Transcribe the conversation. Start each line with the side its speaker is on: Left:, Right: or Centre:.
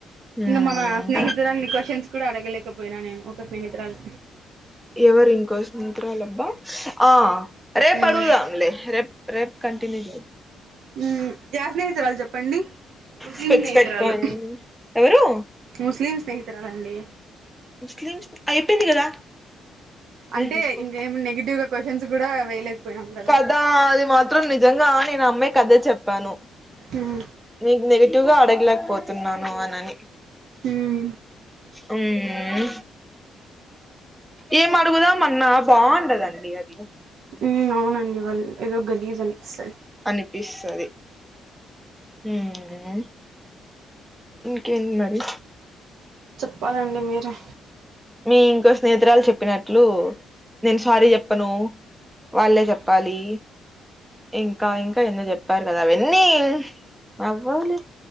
Centre: హ్మ్
Right: ఇంగా మన స్నేహితులన్ని క్వశ్చన్ కుడా అడగలేకపోయినా నేను ఒక స్నేహితురాలు
Centre: ఎవరు ఇంకో స్నేహితురాలబ్బా ఆ రేపు
Right: మ్
Centre: అడుగుదాంలే రేప్ రేప్ కంటిన్యూ జే
Right: ఉహు యా స్నేహితురాలు చెప్పండి ముస్లిం
Centre: స్పెక్ట్స్
Right: స్నేహితురాలు
Centre: పెట్టుకొని ఎవరు
Right: ముస్లిం స్నేహితురాలండి
Centre: ముస్లిమ్స్ అయిపోయింది కదా నేను
Right: అంటే
Centre: తీసుకోను
Right: ఇంకేం నెగిటివ్ గా క్వశ్చన్స్ గూడా వేయలేకపోయినం కదా
Centre: దా అది మాత్రం నిజం గా నేను అమ్మాయి కదే చెప్పాను
Right: ఉహు
Centre: నీక్ నెగటివ్ గా అడగ్లెక్పోతున్నాను అనని
Right: ఉహూ
Centre: ఉమ్ ఏం అడుగుదాం అన్నా బాగుండదండి అది
Right: ఉ ఔనండి వాళ్ళు ఏదో గలీజ్ అనిపిస్తది
Centre: అనిపిస్సది ఉమ్ ఇంకేంది మరి
Right: చెప్పాలండి మీరే
Centre: మీ ఇంకో స్నేహితురాలు చెప్పినట్లూ నేను సారీ చెప్పను వాళ్ళే చెప్పాలి ఇంకా ఇంకా ఎందో చెప్పారు గదా అవన్నీ అవ్వాలి